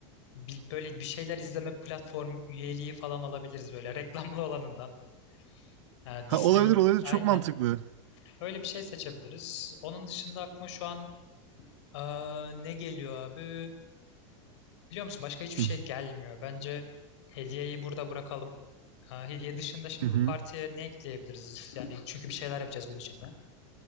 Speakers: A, on the left; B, on the right.
A: bir, böyle bir şeyler izleme platformu üyeliği falan alabiliriz böyle reklamlı <laughs> olanından. Ha,
B: Ha,
A: Disney
B: olabilir olabilir.
A: aynen
B: Çok mantıklı.
A: Öyle bir şey seçebiliriz. Onun dışında aklıma şu an aa, ne geliyor abi? Biliyor musun başka hiçbir
B: Hı,
A: şey gelmiyor. Bence hediyeyi burada bırakalım. Ha, hediye dışında şimdi
B: hı hı.
A: bu partiye ne ekleyebiliriz? Yani çünkü bir şeyler yapacağız gün içinde.